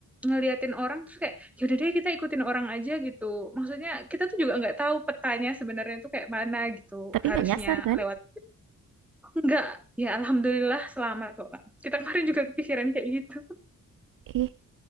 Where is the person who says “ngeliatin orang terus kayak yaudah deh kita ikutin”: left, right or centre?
Centre